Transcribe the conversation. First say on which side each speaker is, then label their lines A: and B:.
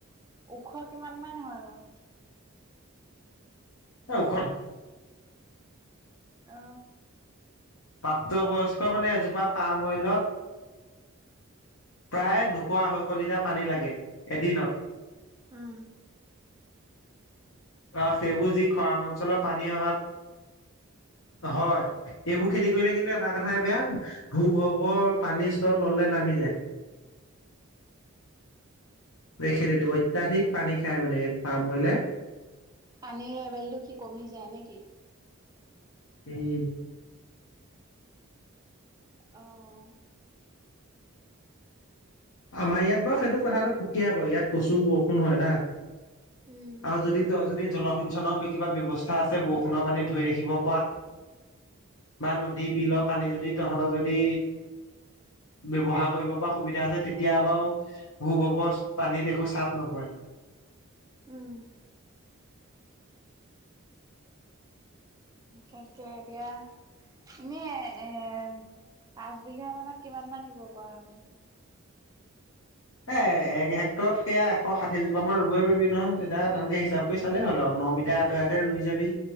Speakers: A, on the right; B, on the left.
A: ওখ কিমান মান হয় বাৰু?
B: এ ওখ নহয়।
A: অ।
B: প্ৰাপ্তবয়স্ক মানে এজোপা পাম অইলত প্ৰায় দুশ, আঢ়ৈশ লিটাৰ পানী লাগে এদিনত।
A: উম।
B: অ সেইবোৰ যি খৰাং অঞ্চলৰ পানীৰ অভাৱ হয় সেইবোৰ খেতি কৰিলে কিন্তু এটা কথাই বেয়া ভূগৰ্ভৰ পানীৰ স্তৰ তললে নামি যায়। এইখিনিটো অত্যাধিক পানী খাই মানে এই পাম অইলে।
A: পানীৰ লেভেলটো কি কমি যায় নেকি?
B: উম।
A: অ'।
B: আমাৰ ইয়াত বাৰু সেইটো কথাটো সুকীয়া বাৰু ইয়াত প্ৰচুৰ বৰষুণ হয় না।
A: উম।
B: আৰু যদি ত যদি জলসিঞ্চনৰ কিবা ব্যৱস্থা আছে বৰষুণৰ পানী ধৰি ৰাখিব পৰা বা নদী বিলৰ পানী যদি তহতৰ যদি ব্যৱহাৰ কৰিব পা সুবিধা আছে তেতিয়া বাৰু ভূ গোবৰ পানীত একো চাপ নপৰে।
A: উম। তাকে এতিয়া এনে এ পাঁচ বিঘা মানত কিমান মান ৰুব পৰা হ'ব।
B: এ এক হেক্টৰত সেয়া এশ ষাঠি জোপা আমাৰ ৰুবই পাৰি নহয় তেতিয়া তেনেকে হিচাপ কৈ চালে হ'ল আৰু ন মিটাৰ আতৰে আতৰে ৰুই ই যাবি